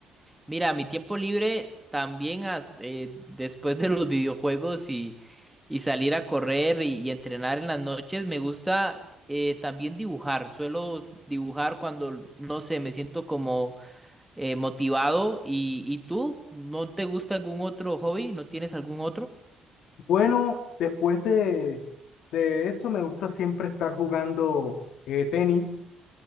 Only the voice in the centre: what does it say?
Mira, a mi tiempo libre también as- eh, después de los videojuegos y, y salir a correr y, y entrenar en las noches, me gusta eh, también dibujar. Suelo dibujar cuando, no sé, me siento como eh, motivado. ¿Y, y tú? ¿No te gusta algún otro hobby? ¿No tienes algún otro?